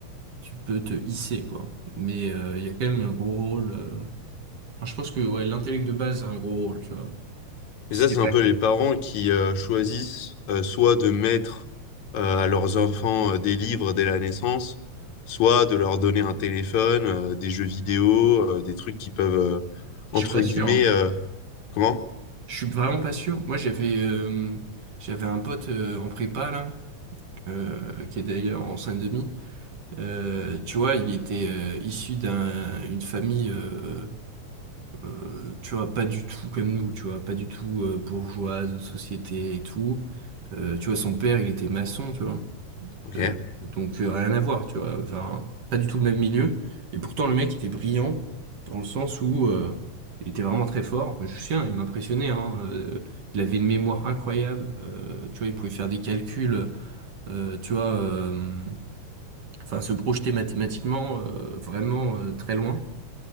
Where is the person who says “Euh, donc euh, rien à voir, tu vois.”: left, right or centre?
Right